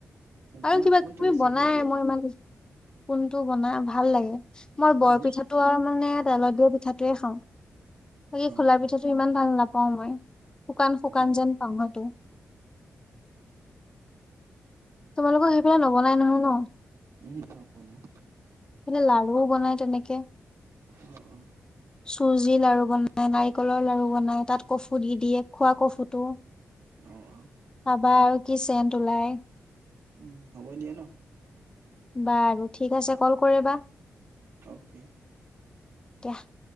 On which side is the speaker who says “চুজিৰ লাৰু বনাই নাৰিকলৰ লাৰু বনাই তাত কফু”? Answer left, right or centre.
Left